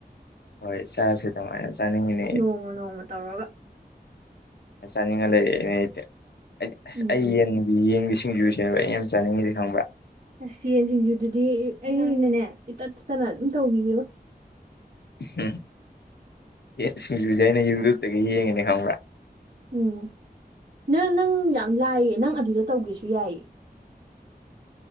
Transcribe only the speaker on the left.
ꯍꯣꯏ ꯆꯥꯁꯦ ꯗꯨꯃꯥꯏꯅ ꯆꯥꯅꯤꯡꯉꯤꯅꯦ
ꯑ ꯆꯥꯅꯤꯡꯉ ꯂꯩꯔꯛꯏꯅꯦ ꯑꯩꯗꯤ ꯑꯩꯗꯤ ꯑꯁ
ꯑꯩ ꯌꯦꯟꯒꯤ ꯌꯦꯟꯒꯤ ꯁꯤꯡꯖꯨꯁꯤꯅꯦꯕ ꯑꯩ ꯌꯥꯝ ꯆꯥꯅꯤꯡꯉꯤꯁꯦ ꯈꯪꯕ꯭ꯔꯥ
<unintelligible> ꯌꯦꯟ ꯁꯤꯡꯖꯨꯁꯦ ꯑꯩꯅ ꯌꯨꯇꯨꯕꯇꯒꯤ ꯌꯦꯡꯉꯤꯅꯦ ꯈꯪꯕ꯭ꯔꯥ